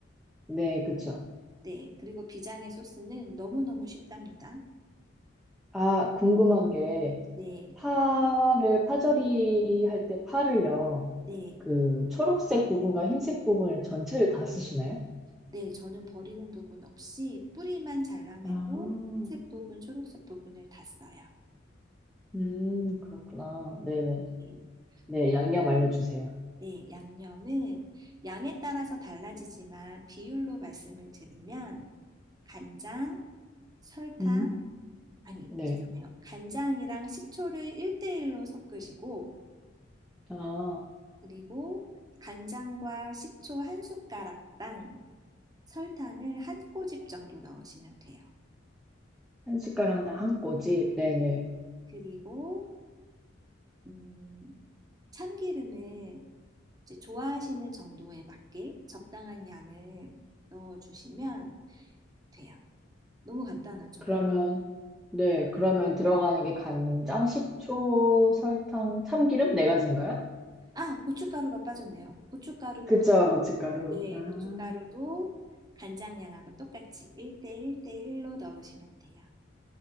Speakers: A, in the centre; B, on the right.
A: 네, 그쵸.
B: 네, 그리고 비장의 소스는 너무너무 쉽답니다.
A: 아, 궁금한 게,
B: 네,
A: 파를, 파절이 할 때 파를요,
B: 네,
A: 그 초록색 부분과 흰색 부분을 전체를 다 쓰시나요?
B: 네, 저는 버리는 부분 없이 뿌리만 잘라내고
A: 아,
B: 흰색 부분, 초록색 부분을 다 써요.
A: 음, 그렇구나. 네네.
B: 네,
A: 네, 양념
B: 그,
A: 알려주세요.
B: 네, 양념은 양에 따라서 달라지지만 비율로 말씀을 드리면 간장, 설탕,
A: 음,
B: 아니,
A: 네.
B: 죄송해요. 간장이랑 식초를 1대1로 섞으시고,
A: 아,
B: 그리고 간장과 식초 한 숟가락당 설탕을 한 꼬집 정도 넣으시면 돼요.
A: 한 숟가락당 한 꼬집. 네네.
B: 그리고, 음, 참기름을 이제 좋아하시는 정도에 맞게 적당한 양을 넣어주시면 돼요. 너무 간단하죠.
A: 그러면, 네, 그러면 들어가는 게 간장, 식초, 설탕, 참기름 네 가지인가요?
B: 아, 고춧가루가 빠졌네요. 고춧가루도
A: 그쵸,
B: 넣어.
A: 고춧가루.
B: 네,
A: 아,
B: 고춧가루도 간장량하고 똑같이 1대1대1로 넣으시면 돼요.